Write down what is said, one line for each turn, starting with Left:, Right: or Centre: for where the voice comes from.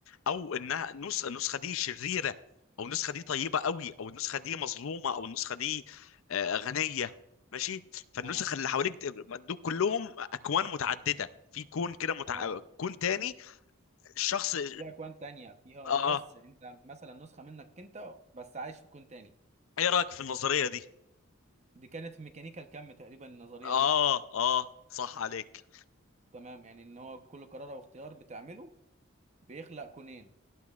Left: او انها نسخة النسخة دي شريرة او النسخة دي طيبة قوي او النسخة دي مظلومة او النسخة دي آه، غنية ماشي فالنسخ
Right: اه
Left: اللي حواليك د- دول كلهم اكوان متعددة في كون كده متع...
Right: اه
Left: كون تاني الشخص اه,
Right: في أكوان تانية فيها
Left: آه.
Right: ناس
Left: آه.
Right: أنت مثلا نسخة منك أنت بس عايش في كون تاني
Left: ايه رأيك في النظرية دي
Right: دي كانت في ميكانيكا الكم تقريبا النظرية
Left: اه
Right: دي
Left: اه صح عليك
Right: تمام يعني إن هو كل قرار أو اختيار بتعمله بيخلق كونين